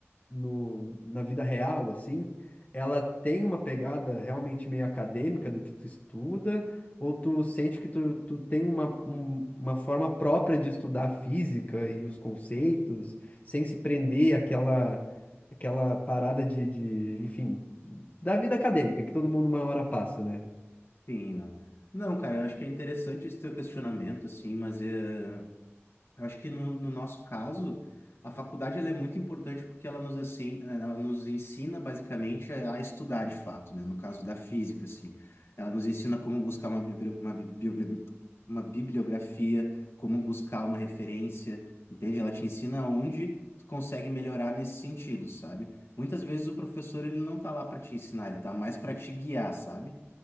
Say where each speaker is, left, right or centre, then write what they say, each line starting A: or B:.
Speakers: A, on the left; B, on the left.
A: no, na vida real, assim, ela tem uma pegada realmente meio acadêmica do que tu estuda, ou tu sente que tu, tu tem uma, um- uma forma própria de estudar a física e os conceitos, sem se prender àquela, àquela parada de, de, enfim, da vida acadêmica, que todo mundo uma hora passa, né?
B: Sim, meu. Não, cara, eu acho que é interessante esse teu questionamento, assim, mas é. Eu acho que no, no nosso caso, a faculdade ela é muito importante porque ela nos, assim, ela nos ensina basicamente a a estudar de fato, né? No caso da física, assim. Ela nos ensina como buscar uma, bibli- uma, bibli- uma bibliografia, como buscar uma referência, entende? Ela te ensina onde tu consegue melhorar nesse sentido, sabe? Muitas vezes o professor ele não tá lá para te ensinar, ele tá mais para te guiar, sabe?